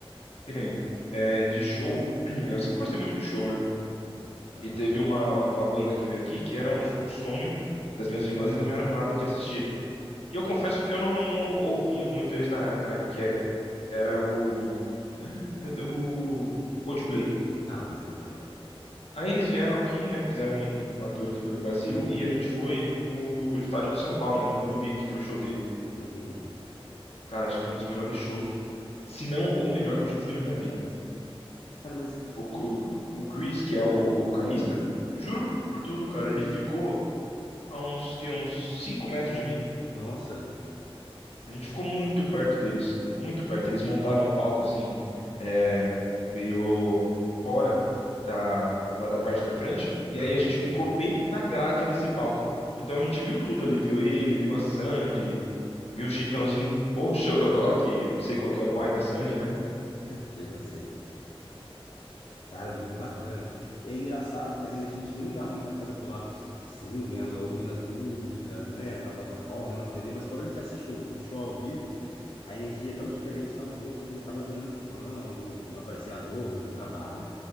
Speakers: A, on the left; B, on the left.
A: Que nem é, de show. <clears throat> Eu sempre gostei muito de show, né?
B: Ah,
A: E teve uma, uma banda que veio aqui que era um sonho das minhas irmãs e da minha namorada de assistir. E eu confesso que eu não, não ouvia muito eles na época, né? Que é- era o, meu Deus, o Coldplay.
B: ah, coisa legal.
A: Aí eles vieram aqui, né? Fizeram um- uma tour aqui pelo Brasil e a gente foi no estádio do São Paulo, né? No Morumbi, que teve o show deles.
B: Uhum.
A: Cara, acho que foi um dos melhores shows, se não o melhor que eu já fui na minha vida.
B: Cara, mas
A: O, Cu-
B: tudo.
A: o Chris, que é o, o vocalista, juro por tudo, cara, ele ficou a uns, que, uns 5 metros de mim.
B: Nossa.
A: A gente ficou muito perto deles, muito perto. Eles montaram um palco assim, é, meio fora da, lá da parte da frente, e
B: Ah,
A: aí a gente ficou bem na grade desse palco. Então a gente viu tudo ali, viu ele, viu a Sandy, viu o Chitãozinho, <laughs> ou o Chororó, que eu não sei qual que é o pai da Sandy, né?
B: <laughs> sei, não sei. Cara, muito bacana. É engraçado porque às vezes a gente nem dá muita coisa pelo artista, assim, vendo, ouvindo as músicas, né, na plataforma, na TV, mas quando a gente assiste o o show ao vivo, a energia é tão diferente, tão boa, que a gente acaba virando fã, ou um apreciador, né, do trabalho.